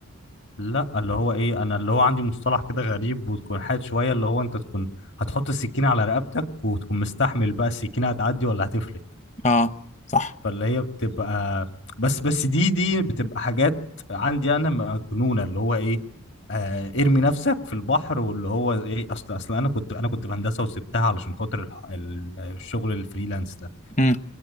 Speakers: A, on the left; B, on the left.
A: لا اللي هو ايه انا اللي هو عندي مصطلح كده غريب وتكون حاد شويه اللي هو انت تكون هتحط السكينه على رقبتك وتكون مستحمل بقى السكينه هتعدي ولا هتفلت
B: اه صح
A: فاللي هي بتبقى بس بس دي دي بتبقى حاجات عندي انا مجنونه اللي هو ايه آه ارمي نفسك في البحر واللي هو ايه اصل اصل انا كنت انا كنت في هندسه وسبتها علشان خاطر الح- ال- الشغل الفريلانس ده
B: امم